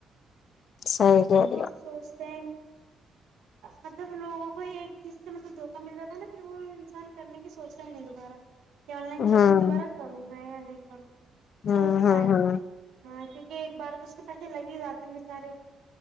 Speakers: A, on the left; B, on the right.
A: صحیح
B: جب
A: کہہ رہی
B: لوگ
A: ہو
B: سوچتے مطلب لوگوں کو ایک چیز سے ملب دھوکا مل جاتا ہے نا پھر وہ انسان کرنے کی سوچتا ہی نہیں دوبارہ کہ آن لائن شاپنگ
A: ہوں
B: دو بارہا کروں میں ی نہیں کروں
A: ہوں
B: سوچتا
A: ہوں
B: ہے
A: ہوں
B: ہاں کہ ایک بار تو اس کے پیسے لگ ہی جاتے ہیں بےچارے